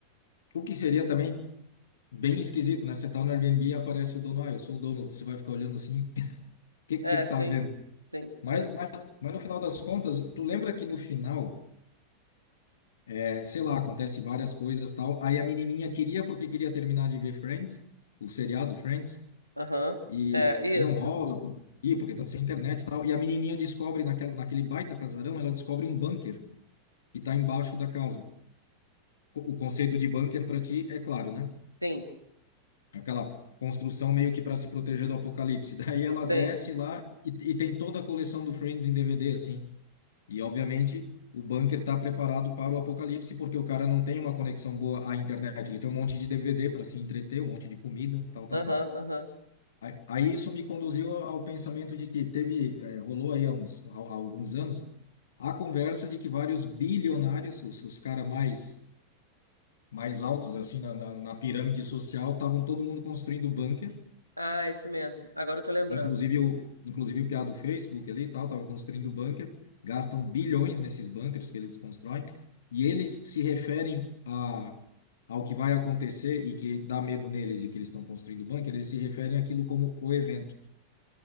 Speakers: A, on the left; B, on the left.
A: o que seria também bem esquisito, né? Você tá no Airbnb e aparece o dono, ah, eu sou o dono, você vai ficar olhando assim, <laughs> o que, que
B: É,
A: que
B: sim.
A: tá vendo
B: Sim.
A: Mas,
B: É.
A: mas, mas no final das contas, tu lembra que no final, é, sei lá, acontece várias coisas tal, aí a menininha queria porque queria terminar de ver Friends, o seriado Friends,
B: Aham.
A: e,
B: É, isso.
A: e não rola, por- e porque estão sem internet e tal. E a menininha descobre, naquela, naquele baita casarão, ela descobre um bunker que está embaixo da casa. Co- O conceito de bunker para ti é claro, né?
B: Sim.
A: Aquela construção meio que para se proteger do apocalipse. <laughs> Daí ela
B: Sim,
A: desce
B: sim.
A: lá e, e tem toda a coleção do Friends em DVD, assim. E, obviamente, o bunker está preparado para o apocalipse porque o cara não tem uma conexão boa à internet. Ele tem um monte de DVD para se entreter, um monte de comida, tal, tal,
B: Aham,
A: tal.
B: aham.
A: Aí aí isso me conduziu ao pensamento de que teve, eh, rolou aí há uns, há- há alguns anos, a conversa de que vários bilionários, os, os caras mais, mais altos assim na, na, na pirâmide social, estavam todo mundo construindo bunker,
B: Ah, isso mesmo. Agora eu tô lembrando.
A: inclusive o, inclusive o piá do Facebook ali e tal, estava construindo bunker, gastam bilhões nesses bunkers que eles constroem, e eles se referem a, ao que vai acontecer e que dá medo neles e que eles estão construindo bunker, eles se referem àquilo como o evento.